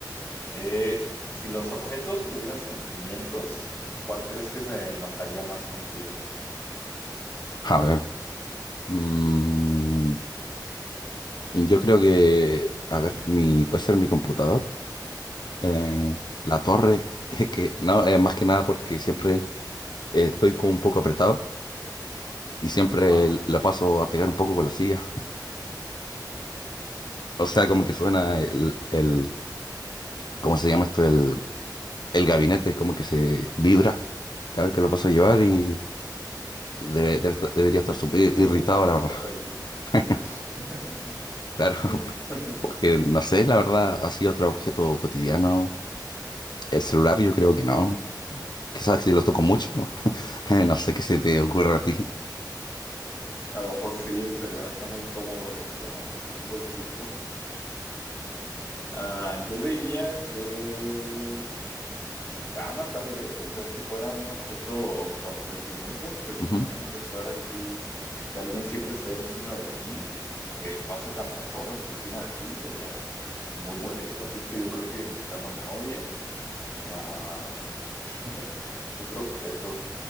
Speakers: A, on the left; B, on the left.
A: Eh, si los objetos tuvieran sentimientos, ¿cuál crees que se enojaría más contigo?
B: a ver, mm, y yo creo que, a ver, mi, puede ser mi computador, eh, la torre, <laughs> es que, no, es más que nada porque siempre eh, estoy como un poco apretado, y siempre
A: Ajá,
B: la paso a pegar un poco con la silla, O sea, como que suena el, el, ¿cómo se llama esto? El, el gabinete, como que se vibra cada vez que lo paso a llevar
A: ajá.
B: y debe- debe estar- debería estar
A: ¿Crees
B: súper
A: que tu computadora
B: irritado, la
A: no
B: verdad.
A: está feliz?
B: <laughs>
A: <laughs>
B: Claro,
A: <laughs>
B: por- porque, no sé, la
A: Ok.
B: verdad, así otro objeto cotidiano. El celular yo creo que no. Quizás si lo toco mucho, <laughs> no sé qué se
A: O
B: te
A: sea,
B: ocurre a ti.
A: <laughs> A lo mejor sí, el celular está muy incómodo de que lo manosees todo el tiempo, ¿no? Ah, yo diría que mi cama, tal vez, o sea, si fuera un objeto con sentimientos, pues
B: Ujú.
A: imagínate estar allí que alguien siempre esté encima de ti, y que pase tantas horas encima de ti, sería muy molesto, así es que yo creo que mi cama me odie. Ah, <laughs> otro objeto,